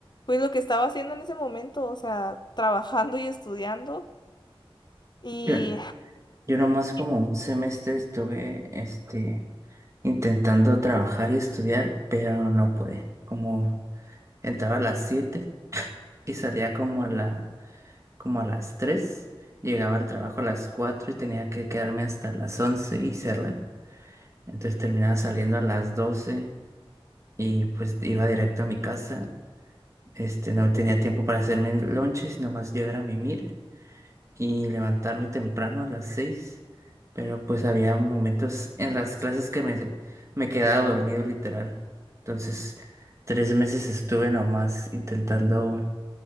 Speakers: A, on the left; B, on the right.
A: pues lo que estaba haciendo en ese momento, o sea, trabajando y estudiando. Y...
B: Yo, yo nomás como
A: y-
B: un semestre estuve este intentando trabajar y estudiar, pero no pude, como entraba a las 7 y salía como
A: ujú,
B: a la como a las tres llegaba al trabajo a las 4 y tenía que quedarme hasta las 11 y cerrar. Entonces terminaba saliendo a las 12 y pues iba directo a mi casa. Este, no tenía tiempo para hacerme el lonche, sino más llegar a mimir y levantarme temprano a las seis Pero pues había momentos en las clases que me, me quedaba dormido literal. Entonces, tres meses estuve nomás intentando